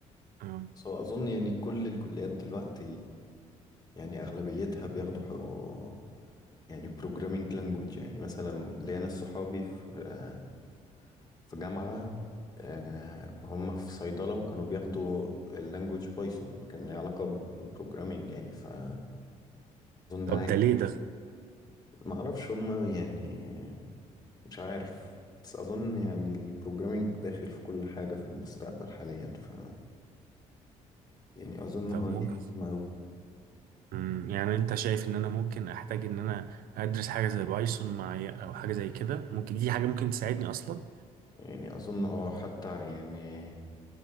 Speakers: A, on the right (about 70°); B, on the left (about 25°).
A: مم.
B: بس هو اظن يعني كل الكليات دلوقتي يعني اغلبيتها بياخدوا حق- يعني بروجرامينج لانجوج يعني مثلا ليا ناس صحابي في في جامعة آه، هم في صيدلة وكانوا بياخدوا اللانجوج بايثون كان ليه علاقة بالبروجرامينج يعني فأظن
A: طب
B: عادي
A: ده ليه ده
B: معرفش هم يعني مش عارف بس أظن يعني البروجرامينج داخل في كل حاجة في المستقبل حاليا ف يعني أظن
A: طب
B: هو
A: ممكن
B: دي الأزمة أوي
A: مم. يعني انت شايف ان انا ممكن احتاج ان انا ادرس حاجة زي بايثون معايا او حاجة زي كده ممكن دي حاجة ممكن تساعدني اصلا
B: يعني اظن اه حتى يعني